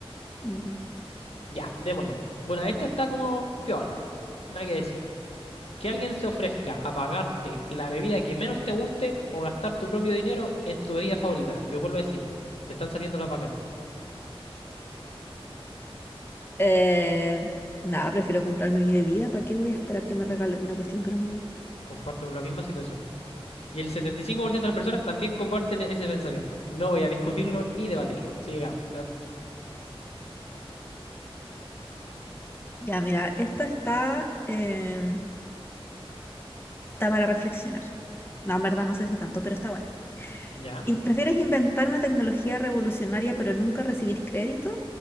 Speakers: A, on the left; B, on the left.
A: Ujú.
B: Ya, démosle. Bueno, esta está como piola, nada que decir. que alguien se ofrezca a pagarte la bebida que menos te guste o gastar tu propio dinero en tu bebida favorita. Yo vuelvo a decir, te están saliendo las bacanes.
A: Eh, nada, prefiero comprarme mi bebida, ¿para qué voy a esperar que me regalen una cuestión que no me gusta?
B: Comparto la misma situación. Y el 75% de las personas también comparten ese pensamiento. No voy a discutirlo ni debatirlo. Sigamos.
A: Ya, mira, esta está, eh, está para reflexionar. No, en verdad no sé si tanto, pero está buena.
B: Ya.
A: In- ¿Prefieres inventar una tecnología revolucionaria pero nunca recibir crédito?